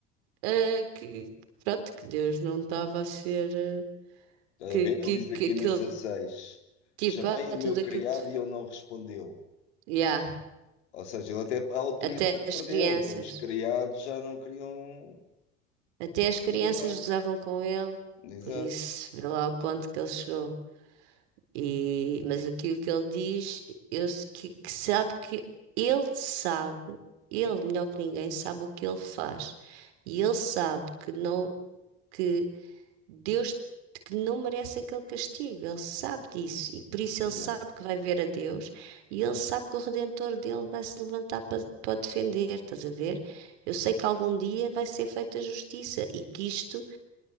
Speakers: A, on the right (about 75°); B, on the left (about 80°).
A: eh, que, pronto, que Deus não estava a ser, eh,
B: Está
A: que,
B: a ver?
A: que,
B: Ele diz
A: que
B: aqui
A: aquilo,
B: no 16,
A: tipo,
B: Chamei
A: ah,
B: o
A: tudo
B: meu criado
A: aquilo. que
B: e ele não respondeu.
A: Yeah.
B: Ou seja, ele até a autoridade
A: Até
B: perdeu.
A: as crianças.
B: Até os criados já não queriam
A: Até as crianças
B: saber de nada.
A: gozavam com ele,
B: Exato.
A: por isso, vê lá o ponto que ele chegou. E, mas aqui o que ele diz, eu, s- que, que sabe que ele sabe, ele melhor que ninguém sabe o que ele faz. E ele sabe que não, que Deus que não merece aquele castigo. Ele sabe disso. E por isso ele
B: Já.
A: sabe que vai ver a Deus e ele sabe que o Redentor dele vai se levantar para, para o defender. Estás a ver? Eu sei que algum dia vai ser feita justiça e que isto